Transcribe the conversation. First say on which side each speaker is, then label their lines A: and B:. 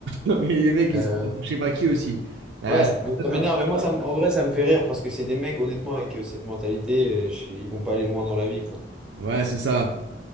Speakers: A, on the right; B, in the centre.
A: Mais les mecs, ils
B: Euh,
A: sont pour je sais pas qui aussi. Bah,
B: ouais,
A: c'est
B: mais
A: ça,
B: ça
A: c'est
B: m'énerve.
A: un truc
B: Et moi,
A: comme
B: ça,
A: ça.
B: me- en vrai, ça me fait rire parce que c'est des mecs, honnêtement, avec euh, cette mentalité, euh, je- ils vont pas aller loin dans la vie, quoi.
A: Ouais, c'est ça.